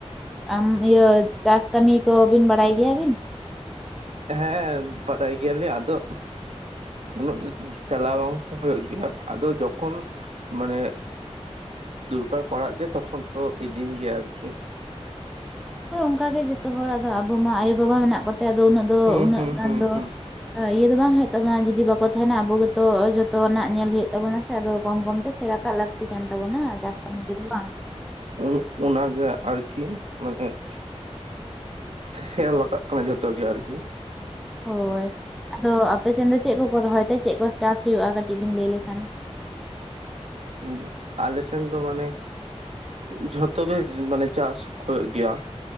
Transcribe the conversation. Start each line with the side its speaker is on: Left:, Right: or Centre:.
Centre: ᱟᱢ ᱤᱭᱟᱹ ᱪᱟᱥ ᱠᱟᱹᱢᱤ ᱠᱚ ᱵᱤᱱ ᱵᱟᱲᱟᱭ ᱜᱮᱭᱟ ᱵᱤᱱ
Right: ᱦᱮᱸ ᱵᱟᱰᱟᱭ ᱜᱮᱭᱟᱞᱮ ᱟᱫᱚ᱾ ᱩᱱᱟᱹᱜ ᱫᱚ ᱪᱟᱞᱟᱣ ᱵᱟᱝ ᱦᱳᱭᱳᱜ ᱜᱮᱭᱟ ᱟᱫᱚ ᱡᱚᱠᱷᱚᱱ ᱢᱟᱱᱮ ᱫᱩᱨᱠᱟᱨ ᱯᱟᱲᱟᱜ ᱜᱮ ᱛᱚᱠᱷᱚᱱ ᱠᱚ ᱤᱫᱤᱧ ᱜᱮᱭᱟ ᱟᱨᱠᱤ
Centre: ᱦᱳᱭ ᱚᱝᱠᱟ ᱜᱮ ᱡᱚᱛᱚ ᱦᱚᱲ ᱟᱫᱚ ᱟᱵᱚ ᱢᱟ ᱟᱭᱳ-ᱵᱟᱵᱟ ᱢᱮᱱᱟᱜ ᱠᱚᱛᱮ ᱟᱫᱚ ᱩᱱᱟᱹᱜ ᱫᱚ
Right: ᱦᱩᱸ
Centre: ᱩᱱᱟᱹᱜ
Right: ᱦᱩᱸ
Centre: ᱜᱟᱱ
Right: ᱦᱩᱸ
Centre: ᱫᱚ
Right: ᱦᱩᱸ
Centre: ᱤᱭᱟᱹ ᱫᱚ ᱵᱟᱝ ᱦᱳᱭᱳᱜ ᱛᱟᱢᱟ ᱡᱩᱫᱤ ᱵᱟᱠᱚ ᱛᱟᱦᱮᱱᱟ ᱟᱵᱚ ᱜᱮᱛᱚ ᱡᱚᱛᱚ ᱱᱟᱜ ᱧᱮᱞ ᱦᱳᱭᱳᱜ ᱛᱟᱵᱚᱱᱟ ᱥᱮ ᱦᱮ ᱟᱫᱚ ᱠᱚᱢ ᱠᱚᱢ ᱛᱮ ᱥᱮᱸᱬᱟ ᱠᱟᱜ ᱞᱟᱹᱠᱛᱤ ᱠᱟᱱ ᱛᱟᱵᱚᱱᱟ ᱪᱟᱥ ᱠᱟᱹᱢᱤ ᱨᱮ ᱫᱚ ᱵᱟᱝ᱾
Right: ᱩᱸᱜ ᱚᱱᱟ ᱜᱮ ᱟᱨᱠᱤ ᱢᱟᱱᱮ <inaudible> ᱦᱮᱸ ᱞᱟᱜᱟᱜ ᱠᱟᱱᱟ ᱡᱚᱛᱚ ᱜᱮ ᱟᱨᱠᱤ <inaudible>
Centre: ᱦᱳᱭ ᱟᱫᱚ ᱟᱯᱮ ᱥᱮᱱ ᱫᱚ ᱪᱮᱫ ᱠᱚ ᱠᱚ ᱨᱚᱦᱚᱭ ᱛᱮ ᱪᱮᱫ ᱠᱚ ᱪᱟᱥ ᱦᱩᱭᱩᱜ-ᱟ ᱠᱟᱹᱴᱤᱡ ᱵᱤᱱ ᱞᱟᱹᱭ ᱞᱮᱠᱷᱟᱱ᱾
Right: ᱩᱸᱜ ᱟᱞᱮᱥᱮᱱ ᱫᱚ ᱢᱟᱱᱮ ᱡᱷᱚᱛᱚ ᱜᱮ ᱢᱟᱱᱮ ᱪᱟᱥ ᱦᱳᱭᱳᱜ ᱜᱮᱭᱟ